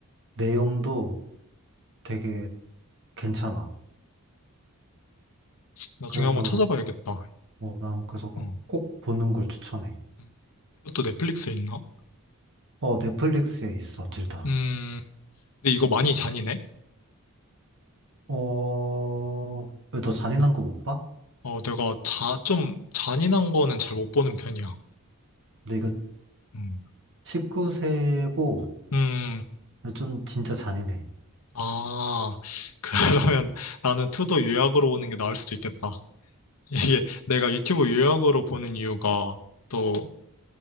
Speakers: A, on the right; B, on the left.
A: 내용도 되게 괜찮아.
B: 나중에
A: 그래서
B: 한번 찾아봐야겠다.
A: 뭐 나는 그래서 꼭,
B: 어.
A: 꼭 보는 걸 추천해.
B: 음. 이것도 넷플릭스에 있나?
A: 어, 넷플릭스에 있어, 둘 다.
B: 음, 근데 이거 많이 잔인해?
A: 어, 왜 너 잔인한 거 못 봐?
B: 어, 내가 자, 좀 잔인한 거는 잘 못 보는 편이야.
A: 근데 이거
B: 음,
A: 19세고
B: 음.
A: 좀 진짜 잔인해.
B: 아, <laughs> 그러면 나는 투도 요약으로 보는 게 나을 수도 있겠다. 이게 내가 유튜브 요약으로 보는 이유가 또